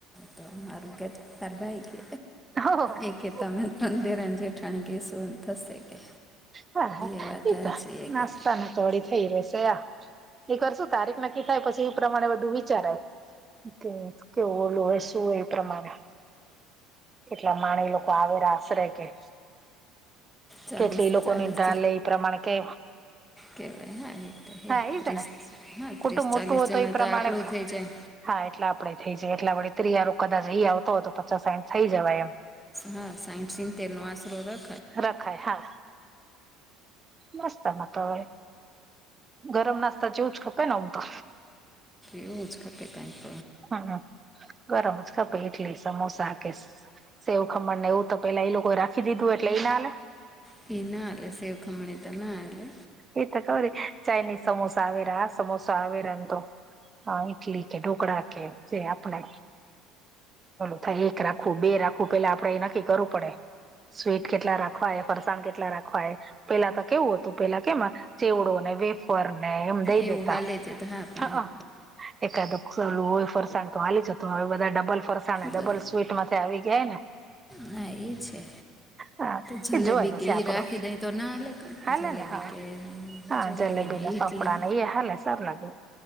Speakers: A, in the centre; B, on the right (about 25°).
A: કે મારું કર તારા ભાઈ કે
B: હો હા
A: ઈ કે તમે તંન દેરાણી જે ઠાણી કેશું એમ થશે કે.
B: હા હા
A: એ વાત
B: એતો
A: સાચી એ
B: નાસ્તાનું
A: કે
B: થોડી થઈ રશે આ એ કરશું તારીખ નક્કી થાય પછી એ પ્રમાણે બધું વિચારાય તે કેવું ઓલું હોય શું હોય એ પ્રમાણે કેટલા માણી લોકો આવેરા આશરે કે
A: ચાલીસ
B: કેટલી એ લોકોની
A: ચાલીસ
B: ડાલે એ પ્રમાણે કે
A: કેવાય હા એ
B: હા એ
A: ત્રીસ
B: છે ને
A: હા ત્રીસ
B: કુટુંબ મોટું
A: ચાલીસ
B: હોય
A: જણા
B: એ પ્રમાણે
A: તો આપણું થઇ જાય.
B: હા એટલા આપડે થઇ જાયએ એટલા વી ત્રીયારો કદાચ એઈ આવતો હોય તો પચાસ સાઈઠ થઈ જવાય એમ.
A: હા સાઈઠ સીતેરનો આસરો ર
B: રખાય હા. નાસ્તામાં હવે ગરમ નાસ્તા જેવું જ ખપે ને આમ તો
A: એવું જ ખપે કાંઈક
B: હમ્મ ગરમ જ ખપે ઇટલી સમોસા કે સેવખમણ ને એવું તો પેલા એ લોકો રાખી દીધું એટલે ના હાલે
A: તે નાલે સેવખમણી તો ના આલે.
B: એ તો ખબર હે ચાઇનીઝ સમોસા આવે હા સમોસા આવે એમ તો. હા ઈટલી કે ઢોકળા કે જે આપણે હલો થાય એક રાખવું બે રાખવું પેલા આપડે એ નક્કી કરવું પડે. સ્વીટ કેટલા રાખવા ફરસાણ કેટલા રાખવા હે પેલા તો કેવું હતું પેલા કેમાં ચેવડો ને વેફર ને એમ દઈ
A: એવું
B: દેતા
A: હાલે છે તો હા પણ
B: હ
A: હવે
B: એકાદ સરલું હોય ફરસાણ તો હાલી જતું હવે બધા ડબલ ફરસાણ
A: તો
B: ડબલ સ્વીટમાં તે આવી ગયા ને
A: હા એ છે.
B: હા
A: જલેબી
B: એ જોય પછી
A: કે
B: આપડો
A: એ રાખી દય તો ના હાલે
B: હાલે
A: જલેબી
B: ને હા
A: કે
B: હા
A: જલેબી
B: જલેબીને
A: ને ઈડલી
B: ફાફડા ને એ હાલે સારૂ લાગે.